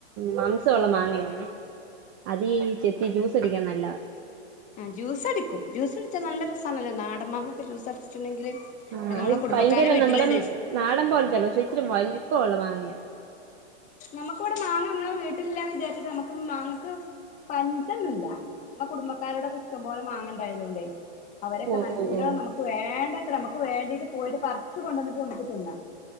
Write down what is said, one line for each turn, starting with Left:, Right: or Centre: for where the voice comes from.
Right: മാംസുള്ള മാങ്ങയന്നേ അതീ ചെത്തി ജ്യൂസ് അടിക്കാൻ നല്ലത
Left: ജ്യൂസ് അടിക്കും ജ്യൂസ് അടിച്ചാ നല്ല <unintelligible> അടിച്ചിട്ടുണ്ടെങ്കില് ഇവിടെ
Right: ഉം
Left: നമ്മളെ
Right: അത്
Left: കുടുംബക്കാരെ
Right: ഭയങ്കര
Left: വീട്ടിലുണ്ട്
Right: നമ്മുടെ
Left: ഇഷ്ടം
Right: നാടൻ പോലത്തെല്ലോ ഇച്ചരി വലുപ്പമള്ള മാങ്ങിയ അത്
Left: നമുക്ക ഇവിടെ മാങ്ങ <unintelligible> വീട്ടിലില്ലാന്ന് വിചാരിച്ചിട്ട് നമ്മക്ക് മാങ്ങ ക്ക് പഞ്ചൊന്നുംല്ല ന കുടുംബക്കാരോടൊക്കെ ഇഷ്ടം പോലെ മാങ്ങണ്ടായതുകൊണ്ടേ അവരൊക്കെ
Right: ഓ
Left: നല്ലോണം
Right: ഓ ഓ
Left: നമുക്ക് വേണ്ടത്ര നമുക്ക് വേണ്ടീട്ട് പോയിട്ട് പറച്ച് കൊണ്ട വന്നിട്ട് നമുക്ക് തിന്ന